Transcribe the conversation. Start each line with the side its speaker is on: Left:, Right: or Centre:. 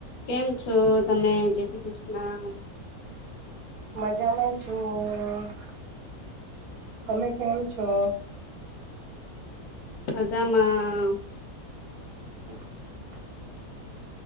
Left: કેમ છો તમે, જય શ્રી કૃષ્ણ.
Right: મજામાં છું, તમે કેમ છો?
Left: મજામાં
Right: <inaudible>